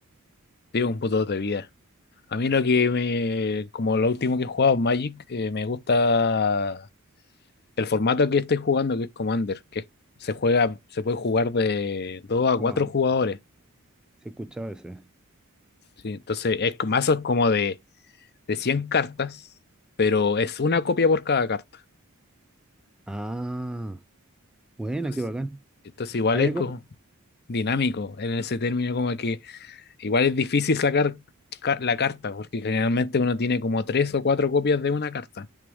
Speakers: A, on the left; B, in the centre.
A: Digo, un puto de vida. A mí lo que me, como lo último que he jugado, Magic, eh, me gusta el formato que estoy jugando, que es Commander, que se juega, se puede jugar de 2 a
B: Como,
A: 4 jugadores.
B: se escucha escuchado ese.
A: Sí, entonces es con mazos como de, de 100 cartas, pero es una copia por cada carta.
B: Ah, buena,
A: Entonces,
B: qué bacán.
A: entonces igual
B: Hay
A: es
B: algo,
A: como dinámico en ese término, como que Igual es difícil sacar ca- la carta, porque generalmente uno tiene como tres o cuatro copias de una carta.